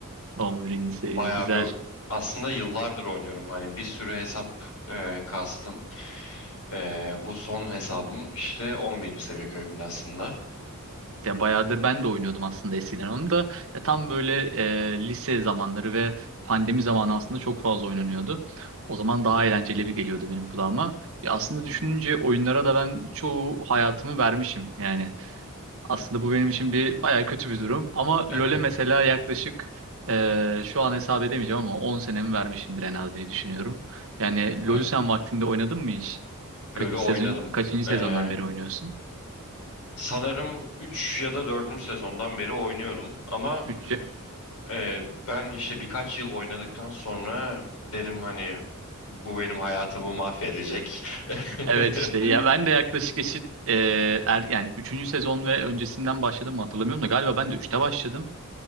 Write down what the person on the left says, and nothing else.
Bayağı
bir aslında yıllardır oynuyorum. Hani bir sürü hesap eee kastım. Eee, bu son hesabım işte 11. seviye köy binasında.
Hı
hı.
<laughs>
Evet.
LoL'ü
oynadım.
Ee,
sanırım 3 ya da dördüncü sezondan beri oynuyorum. Ama
Ee, ben işte birkaç yıl oynadıktan sonra dedim hani bu benim hayatımı mahvedecek. <laughs>